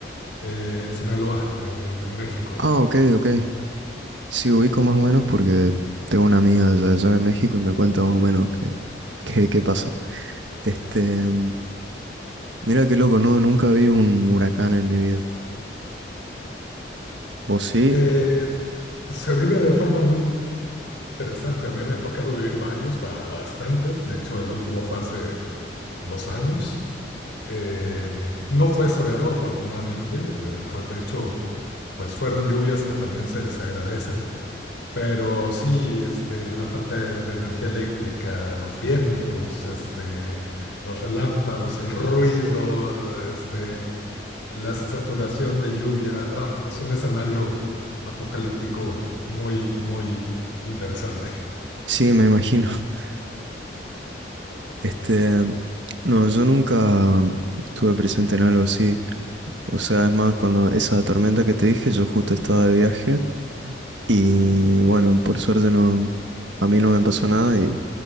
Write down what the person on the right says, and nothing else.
Ah, ok, ok. Sí, ubico más o menos porque tengo una amiga allá, allá en México y me cuenta más o menos qué, qué, qué pasa. Este, mm, mira qué loco, no, nunca vi un huracán en mi vida. ¿Vos sí?
Sí, me imagino. <clears throat> Este, mm, no, yo nunca mm, estuve presente en algo así. O sea, es más, cuando esa tormenta que te dije, yo justo estaba de viaje y bueno, por suerte no, a mí no me pasó nada y